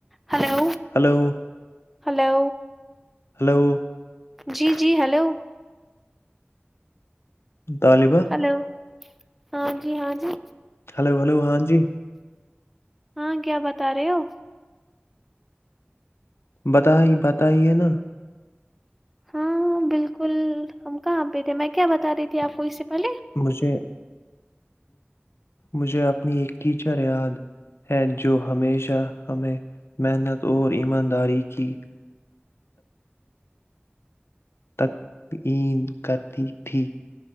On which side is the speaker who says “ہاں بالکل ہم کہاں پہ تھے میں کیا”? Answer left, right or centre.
Centre